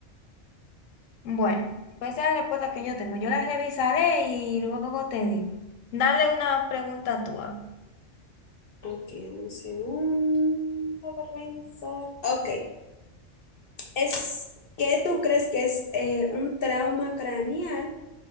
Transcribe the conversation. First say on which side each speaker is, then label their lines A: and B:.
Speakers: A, on the left (about 80°); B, on the left (about 55°).
A: Bueno, pues esa es la respuesta que yo tengo. Yo la revisaré y luego te digo. Dale una pregunta tú, a ver.
B: Ok, un segundo para pensar. Ok, es, ¿qué tú crees que es eh, un trauma craneal